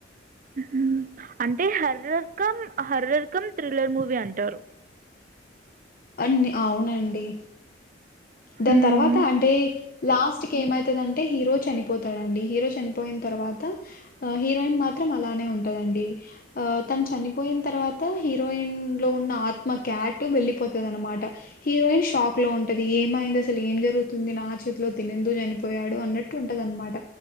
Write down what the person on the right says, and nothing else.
మ్మ్ అంటే హర రకం హర రకం థ్రిల్లర్ మూవీ అంటారు
మ్మ్